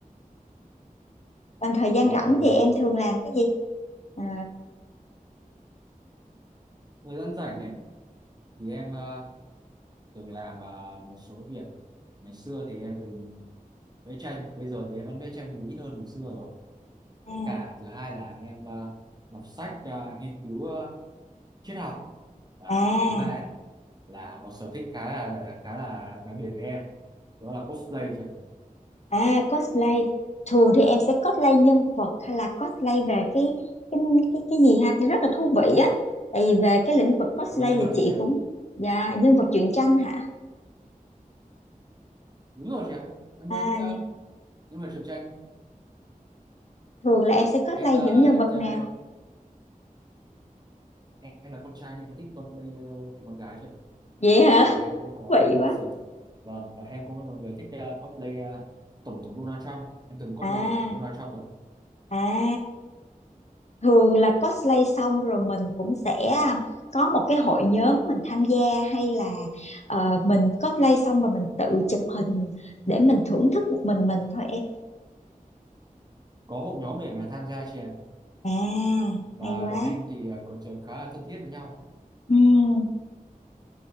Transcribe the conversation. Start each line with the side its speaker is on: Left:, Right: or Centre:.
Left: còn thời gian
Right: Rồi,
Left: rảnh
Right: em
Left: thì
Right: hiểu
Left: em
Right: rồi.
Left: thường làm cái gì Ờ,
Right: Thời gian rảnh ấy thì em ờ, từng làm à, một số việc ngày xưa thì em từng vẽ tranh bây giờ thì em vẫn vẽ tranh nhưng mà ít hơn ngày xưa rồi với
Left: à,
Right: cả thứ hai là em à, đọc sách à, nghiên cứu à, triết học và
Left: à
Right: thứ ba ấy, là một sở thích khá là là- khá là đặc biệt với em đó là cosplay chị ạ
Left: À cosplay thường thì em sẽ cosplay nhân vật hay là cosplay về cái cái cái, cái gì ha thì rất là thú vị á tại vì về cái lĩnh vực cosplay
Right: nó nhân vật
Left: thì chị
Right: thôi chị ạ
Left: cũng dạ, nhân vật truyện tranh hả
Right: đúng rồi chị ạ em
Left: à
Right: ờ, thích
Left: nhưng-
Right: uh, nhân vật truyện tranh
Left: thường là em sẽ cosplay
Right: em ờ,
Left: những nhân vật
Right: chơi-
Left: nào
Right: em là con trai nên em thích cosplay uh, con gái chị ạ
Left: vậy hả
Right: Bữa
Left: <laughs>
Right: cả em cũng có
Left: thú
Right: ờ,
Left: vị quá
Right: sở vâng và em cũng là một người thích ờ, cosplay ờ, tổng thống Donald Trump em từng cosplay
Left: à
Right: tổng thống Donald Trump rồi
Left: à thường là cosplay xong rồi mình cũng sẽ à, có một cái hội nhóm mình tham gia hay là ờ, mình cosplay xong rồi mình tự chụp hình để mình thưởng thức một mình mình thôi em
Right: có hội nhóm để mà tham gia chị ạ.
Left: à
Right: và
Left: hay quá
Right: bọn em thì ờ, có trở khá là thân thiết với nhau
Left: Ừm,